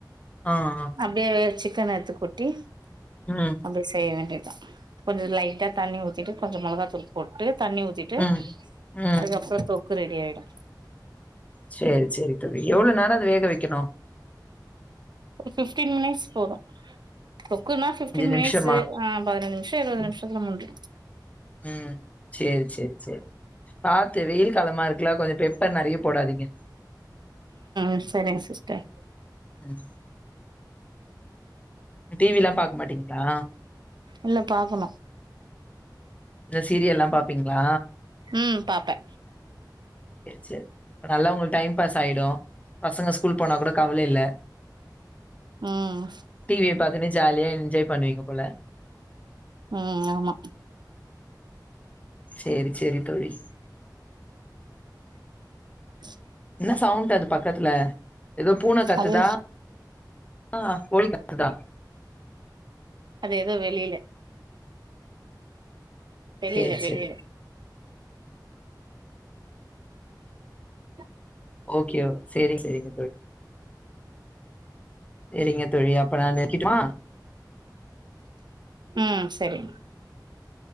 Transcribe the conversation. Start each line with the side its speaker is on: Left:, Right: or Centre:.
Left: ஆ, ஆ.
Right: அப்படியே வேகவச்சு சிக்கன் எடுத்து கொட்டி
Left: ம்.
Right: அப்படி செய்ய வேண்டியது கொஞ்சம் லைட்டா தண்ணி ஊத்திட்டு கொஞ்சம் மிளகாத்தூள் போட்டு தண்ணி ஊத்திட்டு
Left: ம். ம்.
Right: அதுக்கப்புறம் இப்ப ரெடி ஆயிடும்
Left: சேரி சேரி தோழி எவ்வளவு நேரம் வேக வைக்கணும்
Right: ஒரு பிப்டீன் மினிட்ஸ் போதும் தொக்குன்னா பிப்டின்
Left: நிமிஷமா?
Right: மினிட்ஸ் ஆ பதினஞ்சு நிமிஷம் இருபது நிமிஷத்தில முடிஞ்சுரும்
Left: ம் சரி சரி சரி பாத்து வெயில் காலமா இருக்குல கொஞ்சம் பெப்பர் நறைய போடாதீங்க
Right: ம் சரிங்க சிஸ்டர்
Left: <unintelligible> டிவில்லாம் பாக்க மாட்டீங்களா
Right: இல்ல பாக்கணு
Left: இந்த சீரியல்லாம் பாப்பீங்களா
Right: ம் பாப்பே
Left: சரி நல்லா உங்களுக்கு டைம் பாஸ் ஆயிடும் பசங்க ஸ்கூல் போனா கூட கவலை இல்ல
Right: ம்
Left: டிவியை பார்த்துட்டே ஜாலியா என்ஜாய் பண்ணுவீங்க போல
Right: ம் ஆமா
Left: சேரி சேரி தோழி
Right: <inaudible>
Left: என்ன சவுண்ட் அது பக்கத்துல ஏதோ பூனை கத்துதா
Right: அது
Left: ஆ கோழி கத்துதா
Right: அது ஏதோ வெளில தெரியில
Left: சரி,
Right: தெரியல
Left: சரி.
Right: <inaudible>
Left: ஓகேஓ சரிங்க சரிங்க சரிங்க தோழி அப்ப நான் வைக்கட்டுமா
Right: ம் சரிங்க